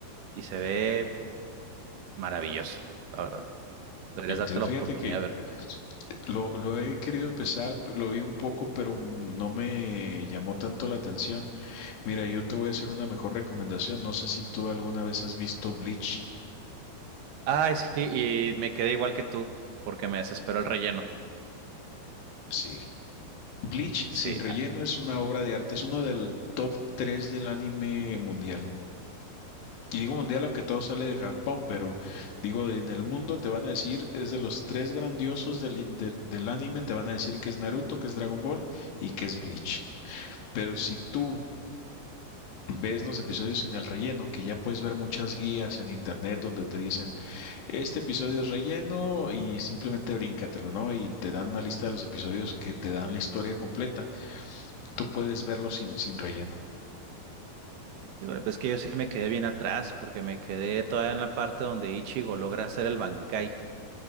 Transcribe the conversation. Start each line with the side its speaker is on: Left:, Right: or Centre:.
Right: y se ve maravilloso, la verdad. Deberías
Left: Entiendo,
Right: darte la
Left: fíjate
Right: oportunidad
Left: que
Right: de verlo.
Left: lo, lo he querido empezar, lo vi un poco, pero no me llamó tanto la atención. Mira, yo te voy a hacer una mejor recomendación. No sé si tú alguna vez has visto Bleach.
Right: Ay, sí, y me quedé igual que tú, porque me desesperó el relleno.
Left: Sí. Bleach
Right: Sí,
Left: sin relleno
Right: ah,
Left: es una obra de arte, es uno del top 3 del anime mundial. Y digo mundial aunque todo sale de Japón, pero digo, en el mundo te van a decir, es de los tres grandiosos del, i- del, del anime, te van a decir que es Naruto, que es Dragon Ball y que es Bleach. Pero si tú ves los episodios sin el relleno, que ya puedes ver muchas guías en internet donde te dicen, Este episodio es relleno y simplemente bríncatelo, ¿no? Y te dan una lista de los episodios que te dan la historia completa. Tú puedes verlo sin, sin relleno.
Right: Híjole, pues es que yo sí me quedé bien atrás porque me quedé todavía en la parte donde Ichigo logra hacer el Bankai